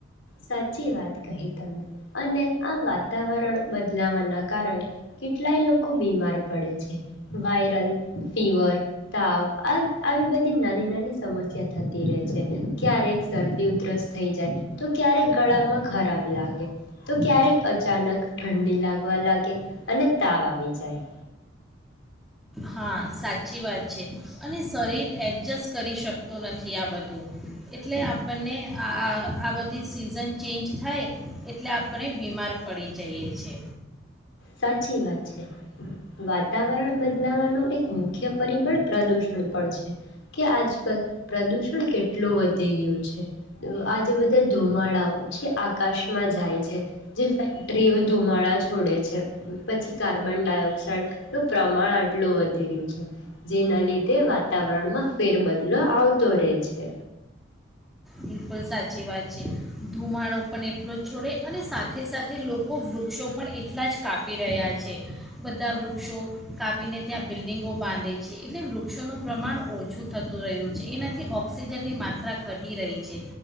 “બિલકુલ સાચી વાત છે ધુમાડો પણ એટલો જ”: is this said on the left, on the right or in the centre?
Centre